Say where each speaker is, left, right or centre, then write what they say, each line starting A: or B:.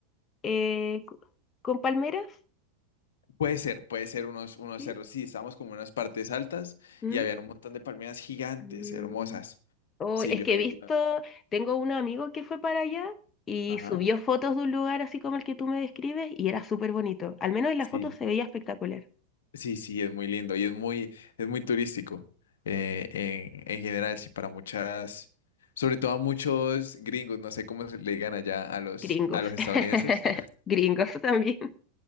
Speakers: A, on the left; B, on the left.
A: eh, co- con palmeras,
B: puede ser, puede ser unos, unos
A: ¿sí?
B: cerros. Sí, estábamos como en unas partes altas
A: Mm,
B: y habían un montón de palmeras gigantes,
A: mm.
B: hermosas.
A: Oh,
B: Sí,
A: es
B: yo
A: que
B: he
A: he visto,
B: ido.
A: tengo un amigo que fue para allá y
B: Ajá.
A: subió fotos de un lugar así como el que tú me describes y era súper bonito. Al menos en la
B: Sí.
A: foto se veía espectacular.
B: Sí, sí, es muy lindo y es muy, es muy turístico eh, en, en general, sí, para muchas, sobre todo a muchos gringos, no sé cómo se le digan allá a los,
A: Gringos.
B: a los estadounidenses.
A: <laughs>
B: <laughs>
A: Gringos también.